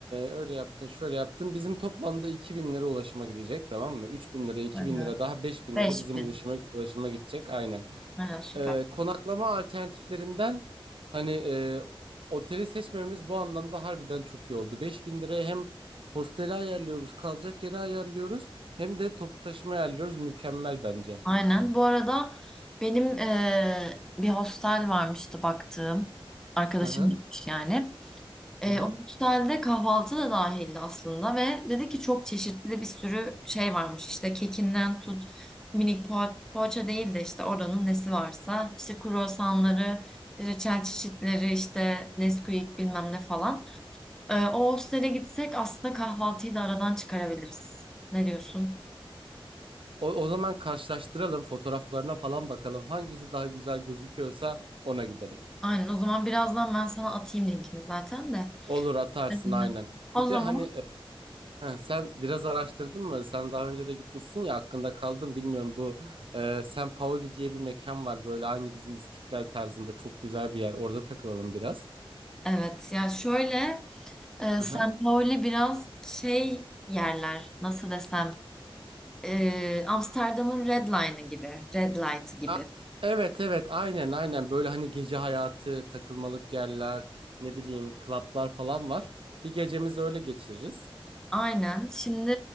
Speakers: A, on the right (about 65°); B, in the centre.
A: öyle yaptın şöyle yaptın. Bizim toplamda 2000 lira ulaşıma gidecek tamam mı? üç bin lira iki
B: Aynen.
A: bin lira daha 5000
B: 5000.
A: lira bizim ulaşıma, ulaşıma gidecek aynen
B: Aynen süper.
A: e, konaklama alternatiflerinden hani e, oteli seçmememiz bu anlamda harbiden çok iyi oldu. beş bin liraya hem hosteli ayarlıyoruz, kalacak yeri ayarlıyoruz hem de toplu taşıma ayarlıyoruz. Mükemmel bence.
B: Aynen. Bu arada benim eee, bir hostel varmıştı baktığım. Arkadaşım
A: Hı hı.
B: gitmiş yani. E,
A: Hı hı.
B: o müsaaade kahvaltı da dahildi aslında ve dedi ki çok çeşitli bir sürü şey varmış işte kekinden tut minik poğa poğaça değil de işte oranın nesi varsa işte kruvasanları reçel çeşitleri işte Nesquik bilmem ne falan. E, o hostele gitsek aslında kahvaltıyı da aradan çıkarabiliriz. Ne diyorsun?
A: O, o zaman karşılaştıralım fotoğraflarına falan bakalım. Hangisi daha güzel gözüküyorsa ona gidelim.
B: Aynen o zaman birazdan ben sana atayım linkini zaten de.
A: Olur atarsın
B: Ee,
A: aynen.
B: O
A: Bir
B: zaman
A: de hani e, Ha, sen biraz araştırdın mı? Sen daha önce de gitmişsin ya hakkında kaldım bilmiyorum. Bu e, San Paolo diye bir mekan var böyle aynı bizim İstiklal tarzında çok güzel bir yer. Orada takılalım biraz.
B: evet ya şöyle Ee,
A: Hı
B: San
A: hı.
B: Pauli biraz şey yerler nasıl desem ee, Amsterdam'ın Red Line'ı gibi Red Light'ı gibi.
A: A- evet evet aynen aynen böyle hani gece hayatı, takılmalık yerler, ne bileyim klaplar falan var. Bir gecemizi öyle geçiririz.
B: Aynen şimdi